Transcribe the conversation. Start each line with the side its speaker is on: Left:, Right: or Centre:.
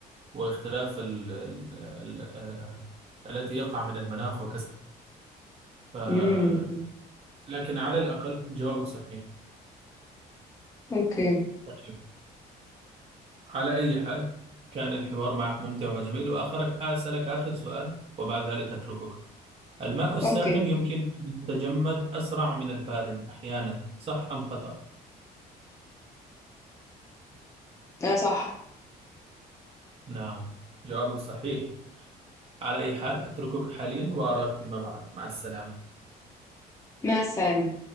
Right: واختلاف ال ال ال التي يقع من المناخ وكذا
Left: امم
Right: لكن على الأقل جوابك صحيح
Left: أوكي
Right: طيب على أي حال كان الحوار معك ممتع وجميل وآخرك أسألك آخر سؤال وبعد ذلك أتركك الماء الساخن
Left: أوكي
Right: يمكن أن يتجمد أسرع من البارد أحيانا صح أم خطأ؟
Left: أنا صح
Right: نعم جوابك صحيح على أي حال أتركك حاليا وأراك فيما بعد مع السلامة
Left: مع السلامة